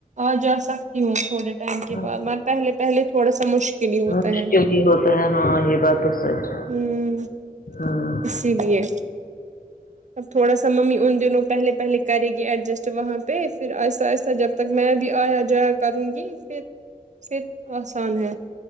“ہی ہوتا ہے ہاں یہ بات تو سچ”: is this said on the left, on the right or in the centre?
Left